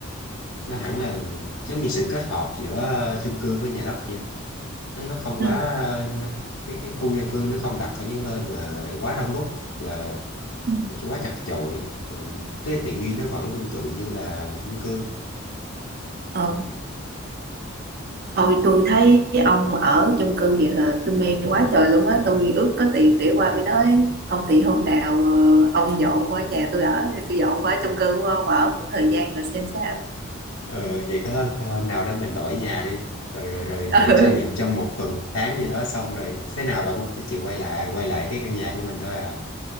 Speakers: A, on the left; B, on the right.
A: nó hẳn là giống như sự kết hợp giữa chung cư với nhà đất vậy á nó nó không
B: ừ
A: quá ờ, cái cái khu dân cư nó không đặt ở những nơi mà quá đông đúc là
B: ừ,
A: chứ quá chật chội Ừ, cái tiện nghi nó vẫn tương tự như là chung cư
B: ờ Thôi tôi thấy ông ở chung cư vậy là tôi mê quá trời luôn á Tôi ước có tiền để qua bên đó ấy. Không thì hôm nào ờ, ông dọn qua nhà tôi ở Thì tôi dọn qua chung cư của ông ở một thời gian rồi xem sao
A: ờ, vậy cái hôm, cái hôm nào đó mình đổi nhà đi rồi rồi rồi
B: <laughs>
A: thử trải nghiệm trong một tuần tháng gì đó xong rồi thế nào bà cũng sẽ chịu quay lại quay lại cái căn nhà của mình thôi à